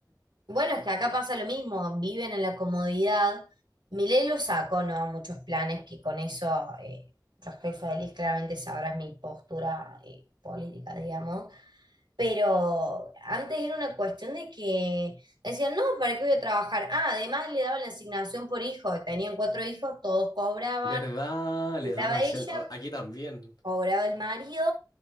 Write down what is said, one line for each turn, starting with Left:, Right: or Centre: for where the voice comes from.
Right: Bueno, es que acá pasa lo mismo, viven en la comodidad. Milei lo sacó, no a muchos planes, que con eso eh, yo estoy feliz, claramente sabrás mi postura eh, política, digamos. Pero antes era una cuestión de que decían, no, ¿para qué voy a trabajar? Ah, además le daban la asignación por hijo, tenían cuatro hijos, todos cobraban,
Left: ¿Verdad?
Right: cobraba
Left: Les dan acción.
Right: ella,
Left: Aquí también.
Right: cobraba el marido